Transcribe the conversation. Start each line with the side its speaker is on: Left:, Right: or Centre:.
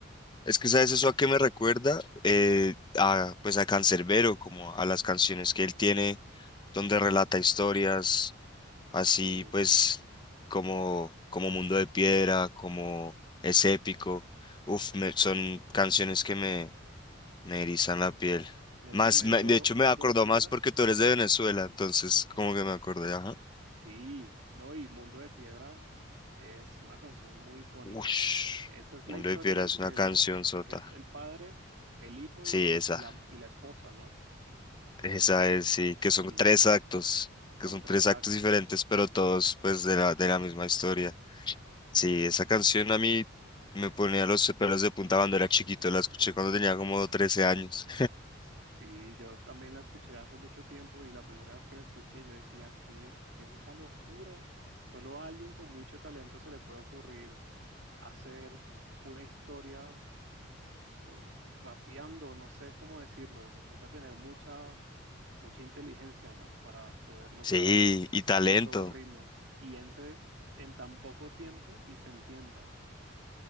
Left: Es que, ¿sabes eso a qué me recuerda? Eh, a, pues a Canserbero, como a las canciones que él tiene, donde relata historias, así
Right: Uf,
Left: pues como, como Mundo de Piedra, como Es Épico. Uf, me- son canciones que me, me erizan la piel.
Right: en ese
Left: Más,
Right: momento,
Left: me- de hecho
Right: Mundo
Left: me acordó
Right: de Piedra.
Left: más porque tú eres de Venezuela, entonces como que me acordé, ajá.
Right: Sí, no, y Mundo de Piedra es una canción muy icónica.
Left: Ush,
Right: Esa es
Left: Mundo
Right: la historia
Left: de Piedra
Right: en la
Left: es
Right: que
Left: una canción
Right: los,
Left: sota.
Right: que es el padre, el hijo
Left: Sí,
Right: y,
Left: esa,
Right: y la, y la esposa, ¿no?
Left: esa es, sí, que
Right: Sí,
Left: son tres actos,
Right: son
Left: que son
Right: tres
Left: tres actos
Right: actos.
Left: diferentes, pero todos pues de la, de la misma historia. Sí, esa canción a mí me ponía los pelos de punta cuando era chiquito, la escuché cuando tenía como 13 años.
Right: Y yo también la escuché hace mucho tiempo y la primera vez que la escuché yo decía, ¿qué, qué es esta locura? Solo a alguien con mucho talento se le puede ocurrir hacer una historia o rapeando, no sé cómo decirlo, o sea, toca tener mucha, mucha inteligencia, ¿no? Para poder lograr
Left: Sí,
Right: hacer
Left: y talento.
Right: que todo rime y entre en tan poco tiempo y se entienda.